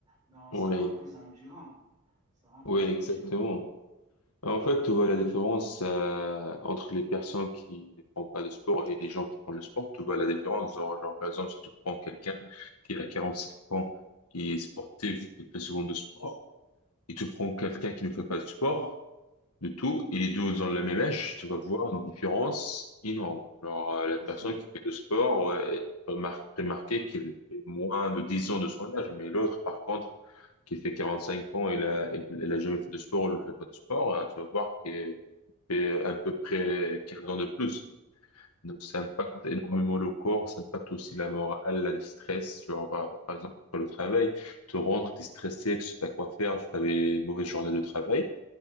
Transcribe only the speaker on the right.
Donc,
ça rend plus endurant. Ça rend plus
endurant.
Bien
sûr.